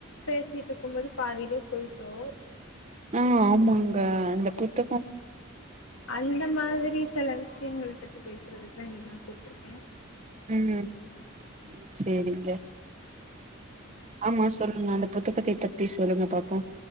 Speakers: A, on the left; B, on the right.
A: பேசிட்டு இருக்குபோது பாதியிலே போய்ட்டோ
B: ம் ஆமாங்க அந்த புத்தகோ
A: அந்த மாதிரி சில விஷ்யங்க பத்தி பேசுறதுக்கு தா இன்னைக்கி நா கூப்ட்ருக்கே
B: ம் <inaudible> செரிங்க ஆமா சொல்லுங்க அந்த புத்தகத்தை பத்தி சொல்லுங்க பாப்போ